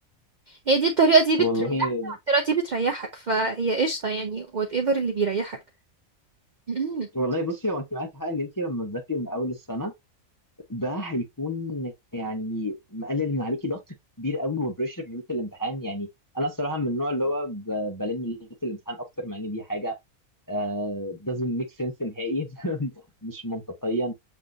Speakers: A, on the right; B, on the left.
A: هي دي الطريقة دي بتريحنا
B: والله
A: والطريقة دي بتريحك فهي قشطة يعني whatever اللي بيريحك <laughs>
B: والله بصي هو انت معاكي حق ان انت لما تذاكري من اول السنه ده هيكون يعني مقلل من عليكي ضغط كبير قوي وبريشر ليله الامتحان يعني انا الصراحه من النوع اللي هو ب- بلم ليله الامتحان اكتر مع ان دي حاجه آه doesn't make sense نهائي <laughs> مش منطقيا